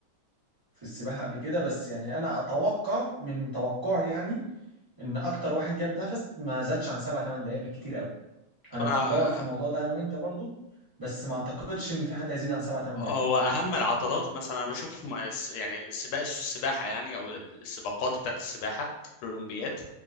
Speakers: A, on the right; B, on the left.
A: في السباحه قبل كده بس يعني انا اتوقع من توقعي يعني ان اكتر واحد جاب نفس ما زادش عن سبع ثمان دقائق بالكتير قوي
B: طب
A: هنبقى
B: انا
A: ندور في الموضوع ده انا وانت برضو بس ما اعتقدش ان في حد هيزيد عن سبع ثمان
B: هو
A: دقائق
B: اهم العضلات مثلا انا بشوف م- الس- يعني سباق السباحة يعني او السباقات بتاعت السباحة في الاولمبياد